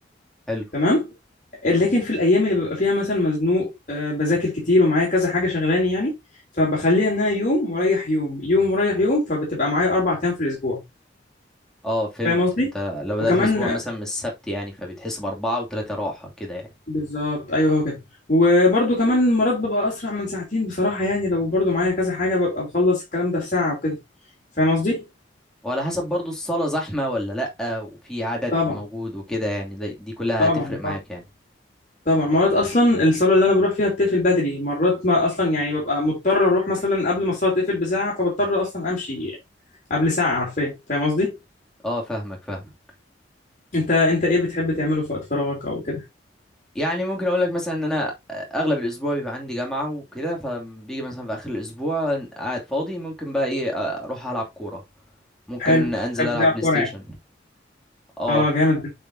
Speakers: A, in the centre; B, on the left.
A: حلو
B: تمام لكن في الايام اللي ببقى فيها مثلا مزنوق آه، بذاكر كتير ومعايا كذا حاجه شغلاني يعني فبخليها ان انا يوم ورايح يوم يوم ورايح يوم فبتبقى معايا اربع ايام في الاسبوع
A: اه فهمت
B: فاهم قصدي
A: انت لو بدأت
B: وكمان
A: الاسبوع مثلا من السبت يعني فبتحس باربعة وثلاثة راحة كده يعني
B: بالظبط ايوه هو كده وبرده كمان مرات ببقى اسرع من ساعتين بصراحه يعني لو برده معايا كذا حاجه ببقى بخلص الكلام ده في ساعه وكده فاهم قصدي
A: وعلى حسب برضو الصالة زحمة ولا لأ وفي عدد
B: طبعا
A: موجود وكده يعني ده- دي كلها
B: طبعا
A: هتفرق معاك
B: طبعا
A: يعني
B: طبعا مرات اصلا الصلاه اللي انا بروح فيها بتقفل بدري مرات ما اصلا يعني ببقى مضطر اروح مثلا قبل ما الصلاه تقفل بساعه فبضطر اصلا امشي قبل ساعة حرفيا فاهم قصدي؟
A: اه فاهمك فاهمك
B: انت انت ايه بتحب تعمله في وقت فراغك او كده؟
A: يعني ممكن اقول لك مثلا ان انا اغلب الاسبوع بيبقى عندي جامعة وكده فبيجي مثلا في اخر الاسبوع قاعد فاضي ممكن بقى ايه اروح العب كورة ممكن
B: حلو
A: انزل
B: بتحب
A: العب
B: تلعب
A: بلاي
B: كورة
A: ستيشن
B: يعني
A: اه
B: اه جامد